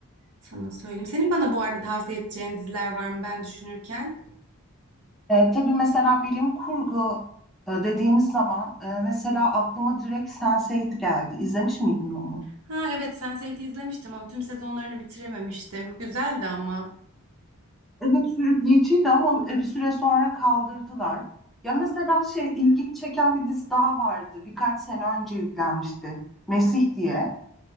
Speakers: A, on the right; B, in the centre.
A: Sana söyleyeyim. Senin bana bu arada tavsiye edeceğin diziler var mı ben düşünürken?
B: E, tabii mesela bilim kurgu e, dediğimiz zaman e, mesela aklıma direkt Sense8 geldi. İzlemiş miydin onu?
A: Ha evet Sense8'i izlemiştim ama tüm sezonlarını bitirememiştim. Güzeldi ama.
B: Evet sürükleyiciydi ama e, bir süre sonra kaldırdılar. Ya mesela şey ilgimi çeken bir dizi daha vardı. Birkaç sene önce yüklenmişti. Mesih diye.